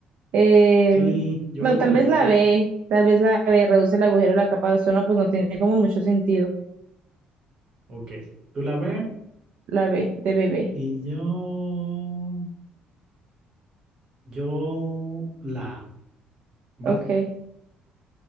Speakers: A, on the right; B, on the right.
A: Eh,
B: Sí, yo
A: no,
B: creo que
A: tal
B: la
A: vez
B: D,
A: la
B: pues.
A: B, tal vez la B reduce el agujero, la capa de ozono, pues no tiene como mucho sentido.
B: Ok. Tú la B
A: La B, de bebé.
B: y yo. Yo la A. Va.
A: Ok.